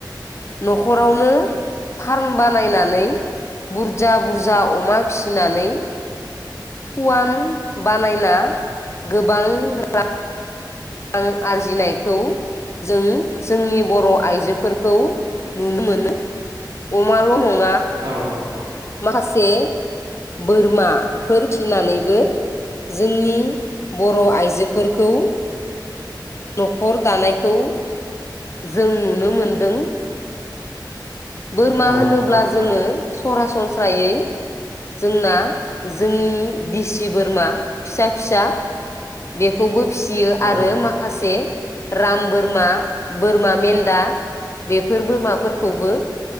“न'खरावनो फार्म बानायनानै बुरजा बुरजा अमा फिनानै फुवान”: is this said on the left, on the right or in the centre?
Left